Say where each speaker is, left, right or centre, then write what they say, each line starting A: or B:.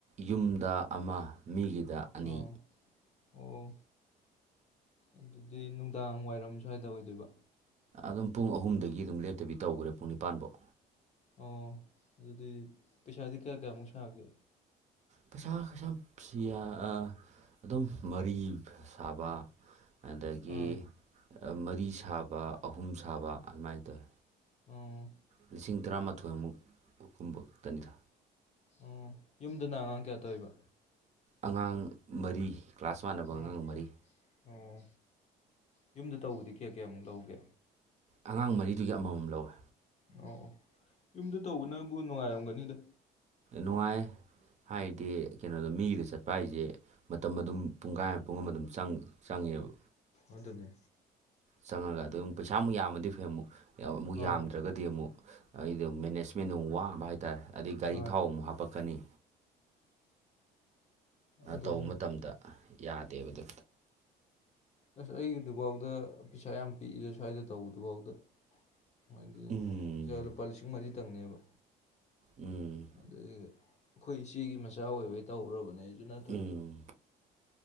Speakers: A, on the right (about 45°); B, on the left (about 40°).
A: ꯌꯨꯝꯗ ꯑꯃ ꯃꯤꯒꯤꯗ ꯑꯅꯤ
B: ꯑꯥ ꯑꯣ ꯑꯗꯨꯗꯤ ꯅꯨꯡꯗꯥꯡ ꯋꯥꯏꯔꯝ ꯁ꯭ꯋꯥꯏꯗ ꯑꯣꯏꯗꯣꯏꯕ
A: ꯑꯗꯨꯝ ꯄꯨꯡ ꯑꯍꯨꯝꯗꯒꯤ ꯑꯗꯨꯝ ꯂꯦꯞꯇꯕꯤ ꯇꯧꯈ꯭ꯔꯦ ꯄꯨꯡ ꯅꯤꯄꯥꯟꯐꯧ
B: ꯑꯣ ꯑꯗꯨꯗꯤ ꯄꯩꯁꯥꯗꯤ ꯀꯌꯥ ꯀꯌꯥꯃꯨꯛ ꯁꯥꯒꯦ
A: ꯄꯩꯁꯥ ꯄꯩꯁꯥ ꯑꯗꯨꯝ ꯃꯔꯤ ꯁꯥꯕ ꯑꯗꯒꯤ
B: ꯑꯥ
A: ꯃꯔꯤ ꯁꯥꯕ ꯑꯍꯨꯝ ꯁꯥꯕ ꯑꯗꯨꯃꯥꯏꯅ ꯇꯧꯋꯤ
B: ꯎ
A: ꯂꯤꯁꯤꯡ ꯇꯔꯥꯃꯥꯊꯣꯏ ꯑꯃꯨꯛ ꯀꯨꯝꯕ ꯈꯛꯇꯅꯤꯗ
B: ꯎ ꯌꯨꯝꯗꯨꯅ ꯑꯉꯥꯡ ꯀꯌꯥ ꯇꯧꯕ
A: ꯑꯉꯥꯡ ꯃꯔꯤ ꯀ꯭ꯂꯥꯁ ꯋꯥꯟꯅꯅꯕ
B: ꯎꯝ
A: ꯑꯉꯥꯡ ꯃꯔꯤ
B: ꯑꯣ ꯌꯨꯝꯗ ꯇꯧꯕꯗꯤ ꯀꯌꯥ ꯀꯌꯥꯃꯨꯛ ꯂꯧꯒꯦ
A: ꯑꯉꯥꯡ ꯃꯔꯤꯗꯨꯒꯤ ꯑꯃꯃꯝ ꯂꯧꯋꯦ
B: ꯑꯧ ꯑꯣ ꯌꯨꯝꯗ ꯇꯧꯕꯅꯕꯨ ꯅꯨꯡꯉꯥꯏꯔꯝꯒꯅꯤꯗꯣ
A: ꯅꯨꯡꯉꯥꯏ ꯍꯥꯏꯗꯤ ꯀꯩꯅꯣꯗ ꯃꯤꯒꯤꯗ ꯆꯠꯄ ꯍꯥꯏꯁꯦ ꯃꯇꯝ ꯑꯗꯨꯝ ꯄꯨꯡꯈꯥꯏ ꯄꯨꯡ ꯑꯃ ꯑꯗꯨꯝ ꯆꯪꯉꯦꯕ
B: ꯑꯗꯨꯅꯤ
A: ꯆꯪꯉꯒ ꯑꯗꯨ ꯑꯃꯨ ꯄꯩꯁꯥꯃꯨꯛ ꯌꯥꯝꯃꯗꯤ ꯐꯩ ꯑꯃꯨꯛ ꯑꯃꯨꯛ
B: ꯍꯣꯏ
A: ꯌꯥꯝꯗ꯭ꯔꯒꯗꯤ ꯑꯃꯨꯛ ꯑꯩꯗꯣ ꯃꯦꯅꯦꯖꯃꯦꯟꯗꯨ ꯑꯃ ꯋꯥꯕ ꯍꯥꯏꯇꯥꯔꯦ ꯑꯗꯨꯗꯩ ꯒꯥꯔꯤ
B: ꯃꯥꯅꯤ
A: ꯊꯥꯎ ꯑꯃꯨꯛ ꯍꯥꯞꯄꯛꯀꯅꯤ
B: ꯑꯗꯨꯅꯤ
A: ꯇꯧꯕ ꯃꯇꯝꯗ ꯌꯥꯗꯦꯕ ꯑꯗꯨ
B: ꯑꯁ ꯑꯩꯒꯤꯗꯨꯐꯥꯎꯗ ꯄꯩꯁꯥ ꯌꯥꯝ ꯄꯤꯛꯏꯁꯦ ꯁ꯭ꯋꯥꯏꯗ ꯇꯧꯕꯗꯨꯐꯥꯎꯗ ꯍꯥꯏꯗꯤ
A: ꯎꯝ
B: ꯂꯨꯄꯥ ꯂꯤꯁꯤꯡ ꯃꯔꯤꯇꯪꯅꯦꯕ
A: ꯎꯝ
B: ꯑꯗꯒꯤ ꯑꯩꯈꯣꯏ ꯏꯆꯦꯒꯤ ꯃꯆꯥ ꯑꯣꯏꯕꯩ ꯇꯧꯔꯕꯅꯦ ꯑꯩꯁꯨ ꯅꯠꯇ꯭ꯔꯗꯤ
A: ꯎꯝ